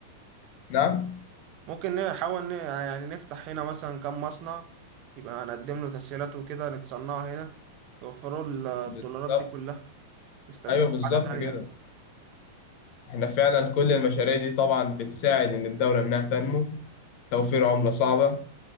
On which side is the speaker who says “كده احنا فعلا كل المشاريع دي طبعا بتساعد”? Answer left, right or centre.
Left